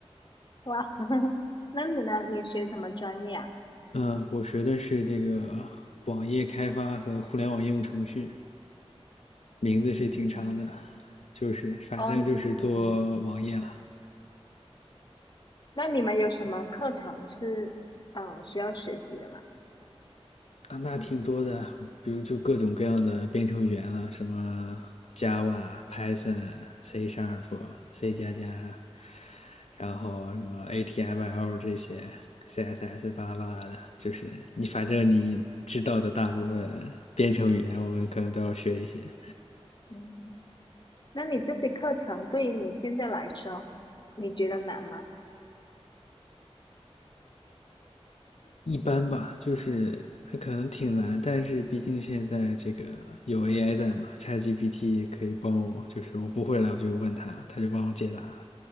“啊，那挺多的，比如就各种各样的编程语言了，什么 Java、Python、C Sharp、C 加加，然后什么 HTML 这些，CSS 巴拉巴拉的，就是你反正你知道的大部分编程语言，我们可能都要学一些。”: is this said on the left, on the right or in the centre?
Left